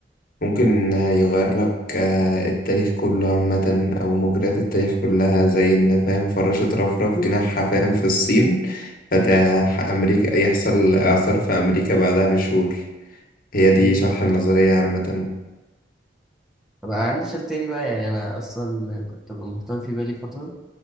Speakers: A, on the left (about 55°); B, in the centre.
A: ممكن آه، يغير لك آه، التاريخ كله عامة او مجريات التاريخ كلها زي ان فاهم فراشة رفرف
B: <laughs>
A: جناحها فاهم في الصين فتح
B: مم.
A: امريكا يحصل اعصار في امريكا بعدها بشهور هي دي
B: مم.
A: شرح النظرية عامة
B: طب أنا عندي سؤال تاني بقى يعني أنا أصلا كنت ببقى محتار في بالي فترة